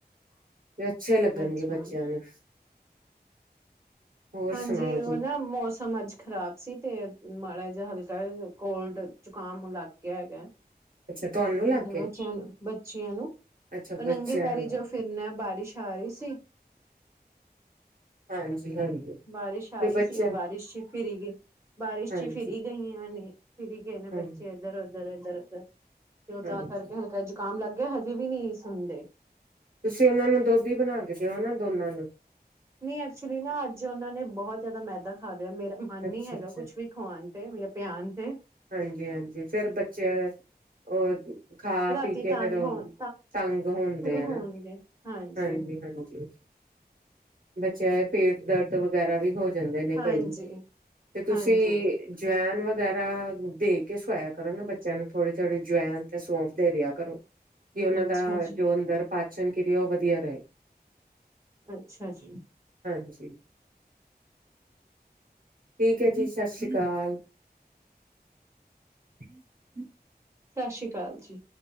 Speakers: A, on the right; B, on the right.
A: ਤੇ ਅੱਛੇ ਲੱਗਣਗੇ
B: ਅੱਛਾ
A: ਬੱਚਿਆਂ ਨੂੰ ਹੋਰ
B: ਹਾਂਜੀ
A: ਸੁਣਾਓ
B: ਉਹ
A: ਜੀ
B: ਨਾ ਮੌਸਮ ਅੱਜ ਖ਼ਰਾਬ ਸੀ ਤੇ ਮਾੜਾ ਜਿਹਾ ਹਲਕਾ ਕੋਲਡ ਜ਼ੁਕਾਮ ਲੱਗ ਗਿਆ ਹੈਗਾ
A: ਅੱਛਾ ਤੁਹਾਨੂੰ ਲੱਗ
B: ਮੇਰੇ
A: ਗਏ
B: ਬੱਚਿਆਂ ਨੂੰ ਬੱਚਿਆਂ ਨੂੰ
A: ਅੱਛਾ
B: ਉਹ
A: ਬੱਚਿਆਂ
B: ਨੰਗੇ ਪੈਰੀ
A: ਨੂੰ ਲੱਗ
B: ਜੋ ਫਿਰਨਾ ਬਾਰਿਸ਼ ਆ ਰਹੀ ਸੀ
A: ਹਾਂਜੀ ਹਾਂਜੀ
B: ਬਾਰਿਸ਼ ਆ
A: ਤੇ
B: ਰਹੀ
A: ਬੱਚਿਆਂ
B: ਸੀ ਉਹ ਬਾਰਿਸ਼ ਚ ਫਿਰੀ ਗਈ ਬਾਰਿਸ਼
A: ਹਾਂਜੀ
B: ਚ ਫਿਰ ਗਈਆਂ ਨੇ ਫਿਰੀ ਗਏ ਨੇ
A: ਹਾਂਜੀ
B: ਬੱਚੇ ਇੱਧਰ ਉੱਧਰ ਜ਼ਰਜ਼ ਤੇ ਉਹ
A: ਹਾਂਜੀ
B: ਤਾਂ ਕਰਕੇ ਹਲਕਾ ਜ ਜ਼ੁਕਾਮ ਲੱਗਦਾ ਹਜੇ ਵੀ ਨਹੀਂ ਸੁਣਦੇ
A: ਤੁਸੀਂ ਉਹਨਾਂ ਨੂੰ ਦੁੱਧ ਹੀ ਬਣਾ ਕੇ ਦਿਓ ਨਾ ਦੋਨਾਂ ਨੂੰ
B: ਨਹੀਂ ਐਕਚੁਲੀ ਨਾ ਅੱਜ ਉਹਨਾਂ ਨੇ ਬਹੁਤ ਜ਼ਿਆਦਾ ਮੈਦਾ ਖਾ ਮੇਰਾ ਮਨ
A: ਅੱਛਾ
B: ਨੀ ਹੈਗਾ
A: ਅੱਛਾ
B: ਕੁੱਛ ਵੀ ਖਵਾਉਣ ਤੇ ਵੀ <unintelligible> ਤੇ
A: ਹਾਂਜੀ-ਹਾਂਜੀ ਫਿਰ ਬੱਚੇ ਉਹ ਖਾ
B: ਰਾਤੀ
A: ਪੀ ਕੇ
B: ਤੰਗ
A: ਫੇਰ
B: ਹੋਣ
A: ਤੰਗ ਹੁੰਦੇ
B: ਹੋਣਗੇ
A: ਨਾ
B: ਹਾਂਜੀ
A: ਹਾਂਜੀ-ਹਾਂਜੀ ਚਾਹੇ ਪੇਟ ਦਰਦ ਵਗੈਰਾ ਵੀ ਹੋ ਜਾਂਦੇ ਨੇ
B: ਹਾਂਜੀ
A: ਕਈ ਤੇ ਤੁਸੀਂ
B: ਹਾਂਜੀ
A: ਜਵੈਨ ਵ ਜ਼ਰਾ ਦੇ ਕੇ ਸਵਾਇਆ ਕਰੋ ਨਾ ਬੱਚਿਆਂ ਨੂੰ ਥੋੜ੍ਹੀ ਥੋੜ੍ਹੀ ਜਵਇਨ ਤੇ ਸੌਂਫ ਦੇ ਦਿਆ ਕਰੋ ਕਿ ਉਹਨਾਂ
B: ਅੱਛਾ
A: ਦਾ
B: ਜੀ
A: ਜੋ ਅੰਦਰ ਪਾਚਨ ਕੀ ਉਹ ਵਧੀਆ ਰਹੇ
B: ਅੱਛਾ ਜੀ
A: ਹਾਂਜੀ ਠੀਕ ਐ ਜੀ ਸਤਿ ਸ੍ਰੀ ਅਕਾਲ <unintelligible>
B: ਸਤਿ ਸ੍ਰੀ ਅਕਾਲ ਜੀ।